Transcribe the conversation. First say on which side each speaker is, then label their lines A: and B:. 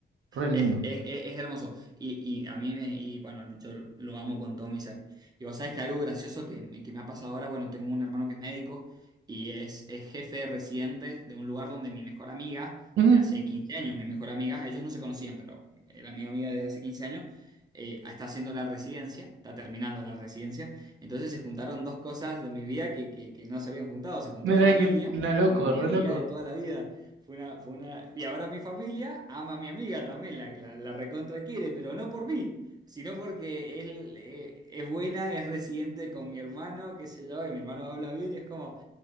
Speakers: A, on the right (about 75°); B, on the right (about 20°).
A: re lindo.
B: Es, es- es- es hermoso. Y, y a mí me, y bueno, yo lo amo con todo mi ser. Y vos sabés que algo gracioso que, me que me ha pasado ahora, bueno, tengo un hermano que es médico y es, es jefe de residente de un lugar donde mi mejor amiga,
A: Ujú,
B: de hace 15 años, mi mejor amiga, ellos no se conocían, pero era mi amiga de hace 15 años, eh, está haciendo la residencia, está terminando la residencia. Entonces se juntaron dos cosas de mi vida que, que que no se habían juntado. Se juntó
A: Mira
B: familia
A: que l- la loco,
B: con mi
A: re
B: amiga
A: loco.
B: de toda la vida. Fue una, fue una... Y ahora mi familia ama a mi amiga también, la, la, la recontra quiere, pero no por mí, sino porque él eh, es buena, es residente con mi hermano, qué sé yo, y mi hermano habla bien y es como,